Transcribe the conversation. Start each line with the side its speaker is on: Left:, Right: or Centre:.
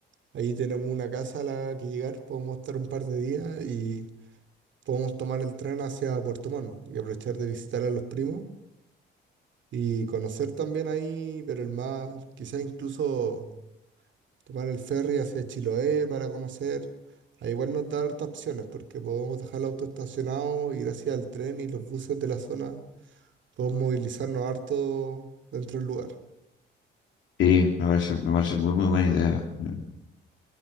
Right: Ahí tenemos una casa a la que llegar, podemos estar un par de días y podemos tomar el tren hacia Puerto Montt y aprovechar de visitar a los primos y conocer también ahí, pero el mar, quizás incluso tomar el ferry hacia Chiloé para conocer. Ahí igual nos da hartas opciones porque podemos dejar el auto estacionado, ir hacia el tren y los buses de la zona. Podemos movilizarnos harto dentro del lugar.
Left: Sí, me parece, me parece muy, muy buena idea. Em,